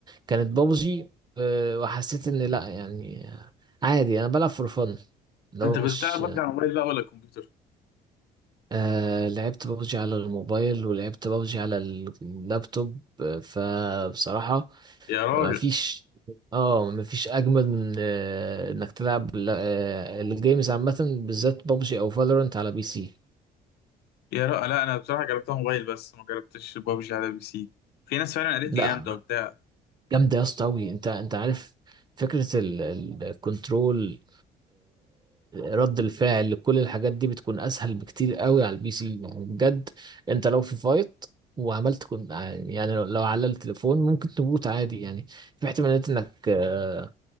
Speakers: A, on the right; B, on the left.
A: كانت بابجي أه، وحسيت ان لا يعني عادي انا بلعب فور فن لو
B: انت كنت
A: مش
B: بتلعب ببجي على الموبايل بقى ولا الكمبيوتر
A: آه لعبت بابجي على الموبايل ولعبت بابجي على اللابتوب آه، فبصراحة
B: يا راجل
A: ما فيش اه ما فيش اجمل من آه، انك تلعب ال- آه، الجيمز عامه بالذات بابجي او فالورنت على بي سي
B: يا راجل لا انا بصراحه جربتها موبايل بس ما جربتش ببجي على بي سي في ناس فعلا قالت
A: لا
B: لي جامده وبتاع
A: جامده يا اسطى قوي انت انت عارف فكره الكنترول رد الفعل كل الحاجات دي بتكون اسهل بكتير قوي على البي سي يعني بجد انت لو في فايت وعملت كن يعني لو لو على التليفون ممكن تموت عادي يعني في احتمالات انك آه،